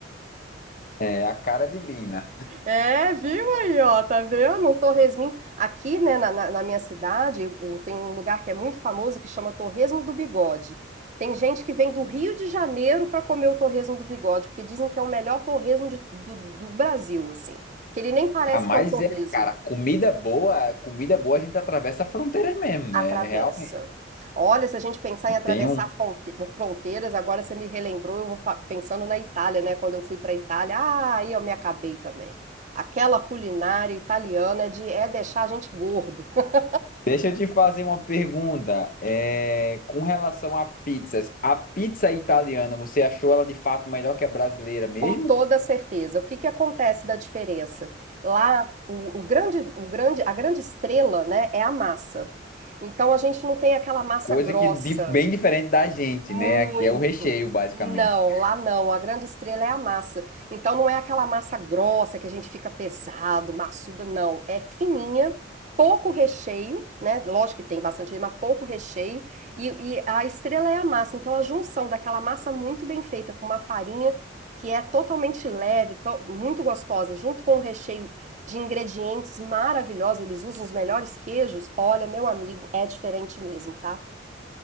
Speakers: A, on the left; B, on the right.
A: É a cara de Bina.
B: É, viu aí, ó, tá vendo? Um torresminho. Aqui, né, na, na- na minha cidade, o- tem um lugar que é muito famoso que chama Torresmo do Bigode. Tem gente que vem do Rio de Janeiro pra comer o torresmo do bigode, porque dizem que é o melhor torresmo de- do, do Brasil, assim. Que ele nem parece
A: Ah, mas
B: que é um torresmo.
A: <laughs> é, cara, comida boa, comida boa a gente atravessa fronteiras mesmo.
B: Atravessa.
A: É realmente.
B: Olha, se a gente pensar
A: E
B: em atravessar
A: Tem um.
B: fronte- fronteiras, agora você me relembrou, eu vou fa- pensando na Itália, né? Quando eu fui para Itália, ah, aí eu me acabei também. Aquela culinária italiana de é deixar a gente gordo, <laughs>
A: Deixa eu te fazer uma pergunta. É, com relação a pizzas, a pizza italiana, você achou ela de fato melhor que a brasileira mesmo?
B: com toda certeza. O que que acontece da diferença? Lá, o, o grande, o grande, a grande estrela, né, é a massa. Então a gente não tem aquela massa
A: Coisa
B: grossa.
A: que di- bem diferente da gente,
B: Muito.
A: né? Aqui é o recheio, basicamente.
B: Não, lá não. A grande estrela é a massa. Então não é aquela massa grossa que a gente fica pesado, maçuda, não. É fininha, pouco recheio, né? Lógico que tem bastante, recheio, mas pouco recheio. E, e a estrela é a massa. Então a junção daquela massa muito bem feita com uma farinha que é totalmente leve, to- muito gostosa, junto com um recheio de ingredientes maravilhosos. Eles usam os melhores queijos. Olha, meu amigo, é diferente mesmo, tá?